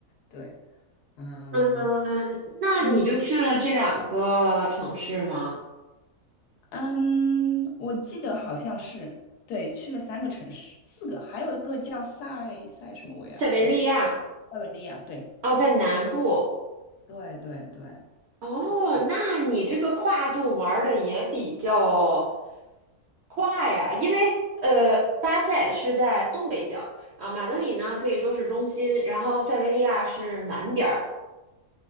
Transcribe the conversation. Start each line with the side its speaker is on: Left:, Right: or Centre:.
Left: 对，嗯，
Right: 嗯，那你就去了这两个城市吗？
Left: 嗯。嗯，我记得好像是，对，去了三个城市，四个，还有一个叫塞塞什么维埃维
Right: 塞维利亚，
Left: 塞维利亚，对，
Right: 哦，在南部。
Left: 对对对，
Right: 哦，
Left: 差不
Right: 那你这个跨度玩的也比较跨呀，因为呃，巴塞是在东北角，啊，马德里呢可以说是中心，然后塞维利亚是南边儿。